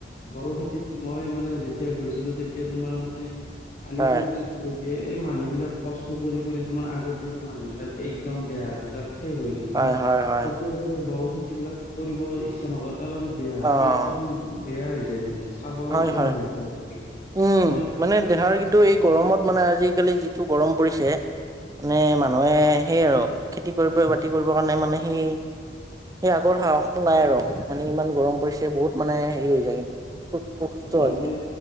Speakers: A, on the left; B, on the right.
A: বড়ো খেতিত মই মানে যেতিয়া গৈছিলো তেতিয়া তোমাৰ মানে আলিপুৰ
B: হয়,
A: <unintelligible> এই মানুহ বিলাক কষ্ট কৰি কৰি তোমাৰ আগৰ দিনৰ মানুহ বিলাক একদম দেহ বিলাক শেষ হৈ গৈছে
B: হয়,
A: মানে
B: হয়, হয়।
A: এতিয়াৰ পৰা বড়ো খেতি বিলাক কৰিব ইচ্ছা নকৰে কাৰণ দেহটো
B: অ',
A: একদম বেয়া হৈ যায় মানে চাবৰ
B: হয়
A: উপায়
B: হয়
A: নাই বড়ো খেতি কৰি।
B: উম
A: তোমাৰ চব
B: মানে দেহাৰ কিন্তু এই গৰমত মানে আজি আজিকালি যিটো গৰম পৰিছে মানে মানুহে সেই আৰু খেতি কৰিব বাতি কৰিবৰ কাৰণে মানে সেই সেই আগৰ সাহসটো নাই আৰু মানে ইমান গৰম পৰিছে বহুত মানে হেৰি হৈ যায় অসুস্থ হৈ
A: মানে
B: যায়,